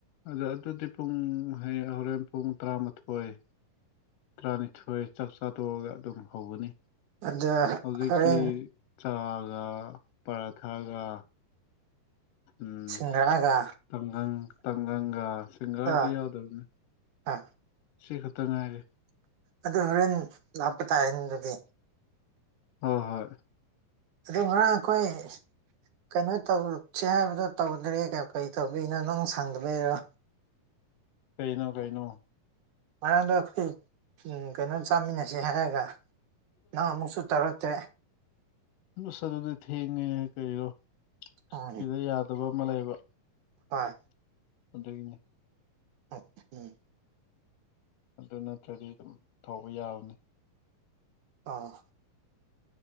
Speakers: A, on the left; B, on the right.
A: ꯑꯗ ꯑꯗꯨꯗꯤ ꯄꯨꯡ ꯍꯌꯦꯡ ꯍꯣꯔꯦꯟ ꯄꯨꯡ ꯇꯔꯥꯃꯥꯊꯣꯏ ꯇꯔꯥꯅꯤꯊꯣꯏ ꯆꯥꯛ ꯆꯥ ꯇꯣꯛꯑꯒ ꯑꯗꯨꯝ ꯍꯧꯒꯅꯤ
B: ꯑꯗ
A: ꯍꯧꯖꯤꯛꯇꯤ
B: ꯍꯣꯔꯦꯟ
A: ꯆꯥꯒ ꯄꯔꯥꯊꯥꯒ ꯎꯝ
B: ꯁꯤꯡꯒ꯭ꯔꯥꯒ
A: ꯇꯪꯒꯪ ꯇꯪꯒꯪꯒ ꯁꯤꯡꯒꯔꯥꯗꯤ
B: ꯑ
A: ꯌꯥꯎꯗꯕꯅꯤ
B: ꯑ
A: ꯁꯤ ꯈꯛꯇ ꯉꯥꯏꯔꯦ
B: ꯑꯗꯨ ꯍꯣꯔꯦꯟ ꯂꯥꯛꯄ ꯇꯥꯏꯟ ꯑꯗꯨꯗꯤ
A: ꯍꯣ ꯍꯣꯏ
B: ꯑꯗꯨ ꯉꯔꯥꯡ ꯑꯩꯈꯣꯏ ꯀꯩꯅꯣ ꯇꯧ ꯁꯤ ꯍꯥꯏꯕꯗꯣ ꯇꯧꯗꯔꯦ ꯀꯩꯌꯣ ꯀꯩ ꯇꯧꯗꯣꯏꯅꯣ ꯅꯪ ꯁꯪꯗꯕꯩꯔꯥ
A: ꯀꯩꯅꯣ ꯀꯩꯅꯣ
B: ꯉꯔꯥꯡꯗꯣ ꯑꯩꯈꯣꯏ ꯎꯝ ꯀꯩꯅꯣ ꯆꯥꯃꯤꯟꯅꯁꯤ ꯍꯥꯏꯔꯒ ꯅꯪ ꯑꯃꯨꯛꯁꯨ ꯇꯧꯔꯛ ꯇꯦ
A: ꯎꯁ ꯑꯗꯨꯗꯤ ꯊꯦꯡꯉꯦ ꯀꯔꯤꯔꯣ
B: ꯎꯝ
A: ꯁꯤꯗ ꯌꯥꯗꯕ ꯑꯃ ꯂꯩꯕ
B: ꯍꯣꯏ
A: ꯑꯗꯨꯒꯤꯅꯦ
B: <unintelligible> ꯎꯝ
A: ꯑꯗꯨ ꯅꯠꯇ꯭ꯔꯗꯤ ꯑꯗꯨꯝ ꯊꯧꯕ ꯌꯥꯕꯅꯤ
B: ꯑ